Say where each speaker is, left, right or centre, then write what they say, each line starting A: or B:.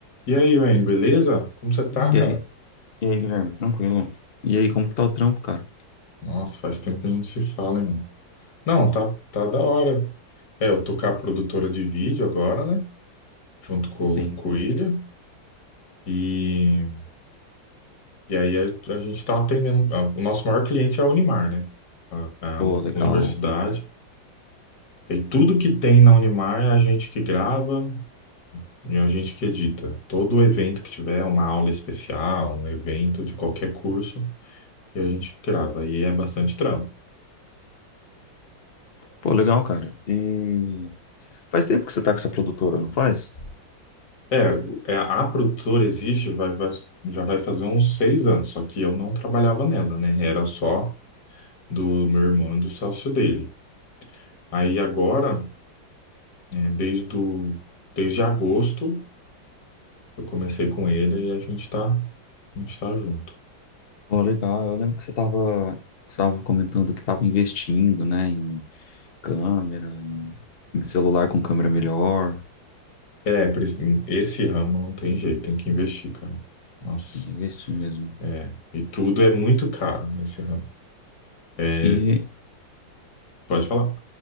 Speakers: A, on the left; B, on the left.
A: E aí, Wayne, beleza? Como você tá,
B: E
A: cara?
B: aí, e aí, Guilherme, tranquilo? E aí, como que tá o trampo, cara?
A: Nossa, faz tempo que a gente se fala, hein, mano? Não, tá, tá da hora. É, eu tô com a produtora de vídeo agora, né? Junto com,
B: Sim.
A: com o Ilha. E, e aí a, a gente tá atendendo. a- o nosso maior cliente é a Unimar, né? A,
B: Pô,
A: a
B: legal.
A: universidade. E tudo que tem na Unimar é a gente que grava e a gente que edita. Todo evento que tiver, uma aula especial, um evento de qualquer curso, e a gente grava. E é bastante trampo.
B: Pô, legal, cara. E faz tempo que você tá com essa produtora, não faz?
A: É, é, a produtora existe, vai, vai- já vai fazer uns seis anos, só que eu não trabalhava nela, né? Era só do meu irmão e do sócio dele. Aí agora, é, desde, o, desde agosto, eu comecei com ele e a gente tá, a gente tá junto.
B: Pô, legal. Eu lembro que você tava, você tava comentando que tava investindo, né, em câmera, em, em celular com câmera melhor.
A: É, preci- esse ramo não tem jeito, tem que investir, cara. Nossa,
B: Tem que investir mesmo.
A: é. E tudo é muito caro nesse ramo. É,
B: E,
A: pode falar,